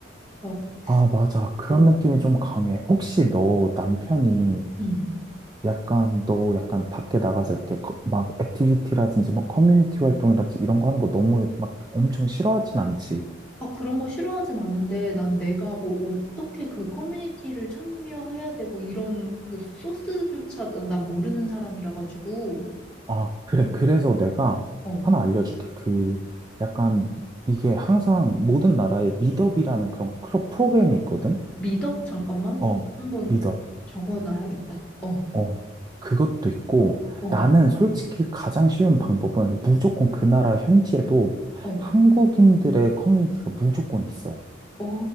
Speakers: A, in the centre; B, on the right.
A: 막,
B: 아, 맞아. 그런
A: 어,
B: 느낌이 좀 강해. 혹시 너 남편이
A: 음.
B: 약간 너 약간 밖에 나가서 이렇게 거- 막 액티비티라든지 뭐 커뮤니티 활동이라든지 이런 거 하는 거 너무 막 엄청 싫어하진 않지.
A: 아, 그런 거 싫어하진 않는데 난 내가 뭐 어떻게 그 커뮤니티를 참여해야 되고 이런 그 소스조차 난 모르는 사람이라 가지고
B: 아, 그래.
A: 어,
B: 그래서 내가
A: 어.
B: 하나 알려줄게. 그 약간 이게 항상 모든 나라에 미덥이라는 그런 크로- 프로그램이 있거든.
A: 미덕 잠깐만
B: 어,
A: 한번
B: 미덥.
A: 적어 놔야겠다. 어,
B: 어, 그것도 있고
A: 어,
B: 나는 솔직히 가장 쉬운 방법은 무조건 그 나라 현지에도
A: 어,
B: 한국인들의 커뮤니티가 무조건 있어.
A: 어,